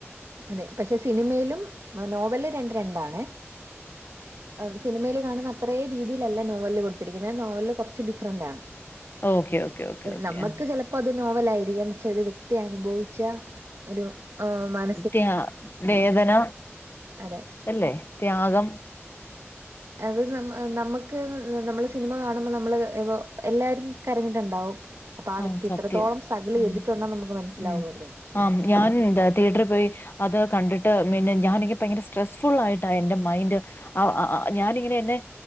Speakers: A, on the right; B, on the left.
A: അതെ പക്ഷെ സിനിമയിലും, നോവൽല് രണ്ട് രണ്ടാണ് ആ സിനിമയില് കാണുന്ന അത്രേ രീതിയിലല്ല നോവലിലല് കൊടുത്തിരിക്കുന്നത്. നോവൽല് കൊർച്ച് ഡിഫറന്റ് ആണ്
B: ഓക്കെ ഓക്കെ ഓക്കെ ഓക്കെ
A: നമ്മക്ക്
B: ആ
A: ചിലപ്പോ അത് നോവലായി പക്ഷെ ഒരു വ്യക്തി അനുഭവിച്ച ഒരു മന
B: ത്യാ വേദന
A: അതെ
B: അല്ലേ ത്യാഗം
A: അത് നമ്മ നമ്മക്ക് നമ്മള് സിനിമ കാണുമ്പോ നമ്മള് എവൊ എല്ലാരും കരഞ്ഞിട്ടുണ്ടാവും അപ്പൊ
B: ആ
A: വ്യക്തി എത്രത്തോളം
B: സത്യം
A: സ്ട്രഗിൾ ചെയ്തിട്ടുണ്ടെന്ന്
B: ഉം
A: നമുക്ക് മനസ്സിലാവുമല്ലോ
B: ഉം ആം ഞാനുന്താ തിയറ്ററി പോയി അത് കണ്ടിട്ട് മിന്നെ ഞാനി ഭയങ്കര സ്ട്രെസ്ഫുൾ ആയിട്ടാ എന്റെറെ മൈന്റ് ആ അ അ ഞാനിങ്ങനെ എന്നെ